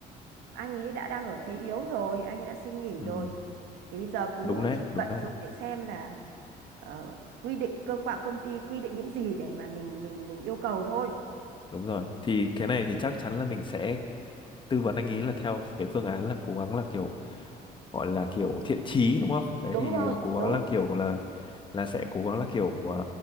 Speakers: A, on the right; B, on the left.
A: anh ấy đã đang ở thế yếu rồi, anh ấy đã xin nghỉ
B: Ừ,
A: rồi. Thì bây giờ cứ
B: đúng đấy,
A: chỉ
B: đúng
A: vận
B: đấy,
A: dụng để xem là ờ, quy định cơ quan công ty quy định những gì để mà mình mình mình yêu cầu thôi.
B: đúng rồi. Thì cái này thì chắc chắn là mình sẽ tư vấn anh ý là theo cái phương án là cố gắng là kiểu gọi là kiểu thiện chí đúng không? Đấy
A: đúng
B: thì
A: rồi
B: à, cố
A: đúng
B: gắng là kiểu là là sẽ cố gắng là kiểu à,